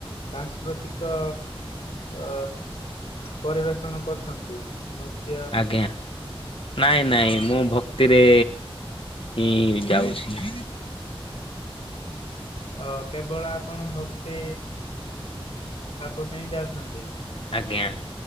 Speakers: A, on the left; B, on the left.
A: ସାଂସ୍କୃତିକ ଅ ପରିବେଷଣ କରଛନ୍ତି। ନୃସ୍
B: ଆଜ୍ଞା। ନାଇଁ ନାଇଁ ମୁଁ ଭକ୍ତିରେ ହିଁ ଯାଉଛି।
A: ଅ କେବଳ ଆପଣ ଭକ୍ତି ଭାବ ପାଇଁ ହଁ ଯାଉଛନ୍ତି।
B: ଆଜ୍ଞା